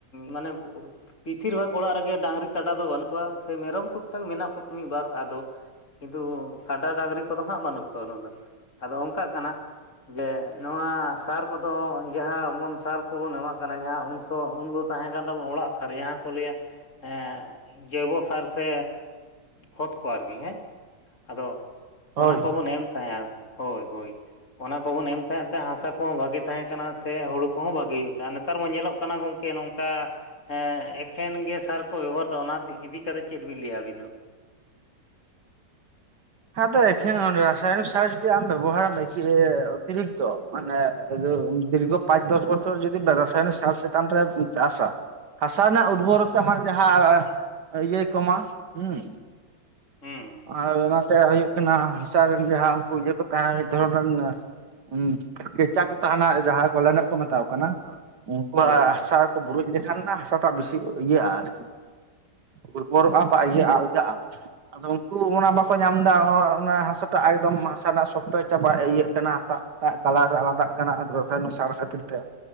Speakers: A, on the left; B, on the right.
A: ᱢᱟᱱᱮ ᱵᱩᱨ ᱵᱮᱥᱤᱨ ᱵᱷᱟᱜᱽ ᱚᱲᱟᱜ ᱨᱮᱜᱮ ᱰᱟᱝᱨᱤ ᱠᱟᱰᱟ ᱫᱚ ᱵᱟᱹᱱᱩᱜ ᱠᱚᱣᱟ ᱥᱮ ᱢᱮᱨᱚᱢ ᱴᱩᱠ ᱴᱟᱠ ᱢᱮᱱᱟᱜ ᱠᱚᱣᱟ ᱢᱤᱫ ᱵᱟᱨ ᱟᱫᱚ᱾ ᱠᱤᱱᱛᱩ ᱠᱟᱰᱟ ᱰᱟᱝᱨᱤ ᱠᱚᱫᱚ ᱦᱟᱸᱜ ᱵᱟᱹᱱᱩᱜ ᱠᱚᱣᱟ ᱩᱱᱟ ᱫᱚ ᱟᱫᱚ ᱚᱱᱠᱟᱜ ᱠᱟᱱᱟ᱾ ᱡᱮ ᱱᱚᱣᱟ ᱥᱟᱨ ᱠᱚᱫᱚ ᱡᱟᱦᱟᱸ ᱵᱚᱱ ᱥᱟᱨ ᱠᱚᱵᱚᱱ ᱮᱢᱟᱜ ᱠᱟᱱᱟ ᱡᱟᱦᱟᱸᱩᱱ ᱥᱚᱢᱚᱭ ᱩᱱ ᱫᱚ᱾ ᱛᱟᱦᱮᱸ ᱠᱟᱱ ᱛᱟᱵᱚᱱ ᱚᱲᱟᱜ ᱥᱟᱨ ᱡᱟᱦᱟᱸ ᱞᱮᱭᱟ, ᱮᱸ ᱡᱳᱭᱵᱚ ᱥᱟᱨ ᱥᱮ᱾ ᱠᱷᱚᱛ ᱠᱚ ᱟᱨᱠᱤ ᱦᱮᱸ, ᱟᱫᱚ ᱚᱱᱟ
B: ᱦᱳᱭ
A: ᱠᱚᱵᱚᱱ ᱮᱢ ᱛᱟᱦᱮᱜ-ᱟ ᱦᱳᱭ ᱦᱳᱭ᱾ ᱚᱱᱟ ᱠᱚᱵᱚᱱ ᱮᱢ ᱛᱟᱦᱮᱸᱫ ᱛᱮ ᱦᱟᱥᱟ ᱠᱚᱦᱚᱸ ᱵᱷᱟᱜᱮ ᱛᱟᱦᱮᱸ ᱠᱟᱱᱟ ᱥᱮ ᱦᱳᱲᱳ ᱠᱚᱦᱚᱸ ᱵᱷᱟᱜᱤ ᱦᱩᱭᱩᱜ ᱛᱟᱦᱮᱸ ᱟᱨ ᱱᱮᱛᱟᱨ ᱢᱟ ᱧᱮᱞᱚᱜ ᱠᱟᱱᱟ ᱜᱚᱝ ᱠᱮ ᱱᱚᱝᱠᱟ, ᱦᱮᱸ ᱮᱠᱷᱮᱱ ᱜᱮ ᱥᱟᱨ ᱠᱚ ᱵᱮᱵᱚᱦᱟᱨᱫᱟ, ᱚᱱᱟ ᱤᱫᱤ ᱠᱟᱛᱮᱫ ᱪᱮᱫ ᱵᱤᱱ ᱞᱮᱭᱟ ᱟᱹᱵᱤᱱ ᱫᱚ?
B: ᱦᱮᱸᱛᱚ ᱮᱠᱷᱮᱱ ᱨᱟᱥᱟᱭᱚᱱᱤᱠ ᱥᱟᱨ ᱡᱩᱫᱤ ᱟᱢ ᱵᱮᱵᱚᱦᱟᱨᱮᱢ ᱚᱛᱤᱨᱤᱠᱛᱚ᱾ ᱢᱟᱱᱮ ᱫᱤᱨᱜᱷ ᱯᱟᱸᱪ ᱫᱚᱥ ᱵᱚᱪᱚᱨ ᱡᱚᱫᱤ ᱵᱮ ᱨᱟᱥᱟᱭᱚᱱ ᱥᱟᱨ ᱪᱮᱛᱟᱱ ᱨᱮᱢ ᱪᱟᱥᱟ᱾ ᱦᱟᱥᱟ ᱨᱮᱱᱟᱜ ᱩᱨᱵᱚᱨ
A: ᱦᱳᱭ
B: ᱛᱟ ᱢᱟᱱᱮ ᱡᱟᱦᱟᱸ ᱤᱭᱟᱹᱭ ᱠᱚᱢᱟ ᱦᱩᱸ᱾
A: ᱦᱩᱸ
B: <unintelligible> ᱛᱮ ᱦᱩᱭᱩᱜ ᱠᱟᱱᱟ ᱦᱟᱥᱟ ᱨᱮᱱ ᱡᱟᱦᱟᱸ ᱩᱱᱠᱩ ᱤᱭᱟᱹ ᱠᱚ ᱛᱟᱦᱮᱸᱱᱟ ᱢᱤᱫ ᱫᱷᱚᱨᱚᱱ ᱨᱮᱱ᱾ ᱦᱩ ᱠᱮᱪᱟ ᱠᱚ ᱛᱟᱦᱮᱱᱟ ᱡᱟᱦᱟᱸ ᱠᱚᱞ ᱨᱮᱱᱟᱜ ᱠᱚ ᱢᱮᱛᱟᱠᱚ ᱠᱟᱱᱟ᱾ ᱩᱱᱠᱩᱣᱟᱜ
A: ᱦᱳᱭ ᱦᱳᱭ
B: ᱦᱟᱥᱟ ᱠᱚ ᱵᱩᱨᱩᱡ ᱞᱮᱠᱷᱟᱱ ᱦᱟᱥᱟᱴᱟᱜ ᱵᱮᱥᱤ ᱤᱭᱟᱹᱜᱼᱟ ᱟᱨᱠᱤ᱾ ᱩᱨᱵᱚᱨᱚᱜ-ᱟ
A: ᱦᱳᱭ
B: ᱤᱭᱟᱹ ᱟᱞᱜᱟᱜ-ᱟ ᱟᱫᱚ ᱩᱱᱠᱩ ᱚᱱᱟ ᱵᱟᱠ ᱠᱚ ᱧᱟᱢ ᱮᱫᱟ ᱦᱟᱥᱟᱴᱟᱜ ᱟᱭᱠᱫᱚᱢ ᱦᱟᱥᱟ ᱨᱮᱱᱟᱜ ᱥᱚᱠᱛᱚ ᱪᱟᱵᱟ ᱤᱭᱟᱹᱜ ᱠᱟᱱᱟ ᱦᱟᱥᱟ᱾ ᱮᱴᱟᱜ ᱠᱟᱞᱟᱨ ᱨᱮ ᱟᱞᱟᱫᱟᱜ ᱠᱟᱱᱟ ᱟᱨ ᱨᱟᱥᱟᱭᱩᱱᱤᱠ ᱠᱷᱟᱹᱛᱤᱨ ᱛᱮ,